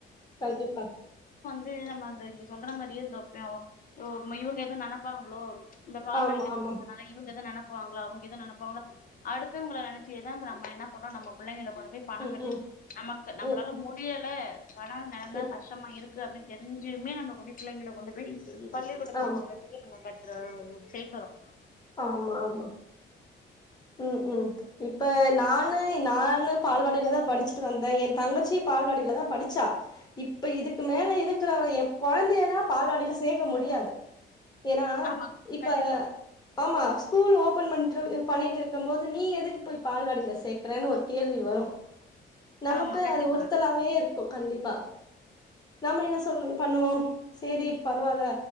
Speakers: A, on the left; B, on the left.
A: கண்டிப்பா
B: து நம்ம அந்த இங்க சொல்ற மாரியே இந்த <unintelligible> ஒ இவுங்க எதுவும் நெனைப்பாங்களோ ச் இந்த பால்வாடி
A: ஆமா
B: கினத்திரந்துனால
A: ஆமா
B: இவுங்க எது நெனப் பாங்ளோ அவுங்க எதும் நெனப்பாங்களோ அடுத்தவங்கள நெனைச்சேதா இப்ப நம்ம என்ன பண்றோம் நம்ம பிள்ளைங்கள கொண்டு பணம்
A: ம்
B: கட்டி
A: ம்
B: நமக்கு நம்மபளால
A: ம்
B: முடியல பணம் நெலம
A: ம்
B: கஷ்டமா இருக் கு அப்டின்னு தெரிஞ்சுமே நம்ம கொண்டு போய் பிள்ளைகள கொண்டு போய் பள்ளிக்கூடத்தல
A: ஆமா
B: கொண்டு போய் நம்ம கட் த உஉ சேக்கறோம்
A: ஆமா ஆமா உம் உம் இப்ப நானு நானு பால்வாடி லதா படூச்சிட்டு வந்தேன் என் தங்கச்சி பால்வாடியில தான் படுச்சா இப்ப இதுக்கு மேல எதுக் <unintelligible> கொழந்தையன்னா பால்வாடில சேக்க முடியாது ஏன்னா
B: ஆமா
A: இப்ப
B: கண்டிப்பா
A: ஆமா ஸ்கூல் ஓபன் பண்ட்டுவு பண்ணிட்டு இருக்கும் போது நீ எதுக் போய் பால்வாடில சேக்கறேன்னு ஒரு கேள்வி வரும் நமக்கு
B: ஆமா கண்டிப்பா
A: அது உறுத்தலாவே இருக் கு கண்டிப்பா நம்ம என்ன சொல்லு பண்ணுவோம் சேரி பரவால